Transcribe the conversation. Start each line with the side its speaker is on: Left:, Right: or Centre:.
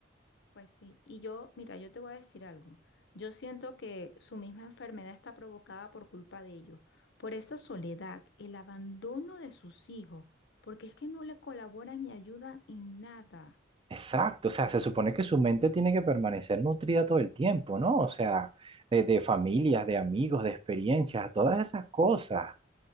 Left: Pues sí, y yo, mira, yo te voy a decir algo. Yo siento que su misma enfermedad está provocada por culpa de ellos, por esa soledad, el abandono de sus hijos, porque es que no le colaboran ni ayudan en nada.
Right: Exacto, o sea, se supone que su mente tiene que permanecer nutrida todo el tiempo, ¿no? O sea, de, de familias, de amigos, de experiencias, todas esas cosas.